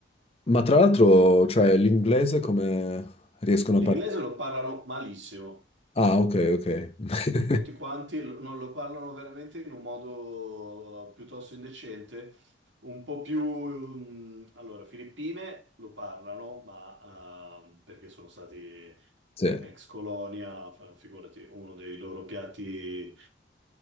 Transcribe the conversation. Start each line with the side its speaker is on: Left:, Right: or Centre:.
Left: Ma tra l'altro, cioè, l'inglese come riescono a
Right: L'inglese
Left: parlare?
Right: lo parlano malissimo.
Left: Ah, ok, ok. <laughs>
Right: Tutti quanti l- non lo parlano veramente in un modo eh, piuttosto indecente, un po' più... mm, allora, Filippine lo parlano, ma ehm, perché sono stati
Left: Sì.
Right: ex colonia, fa- figurati, uno dei loro piatti,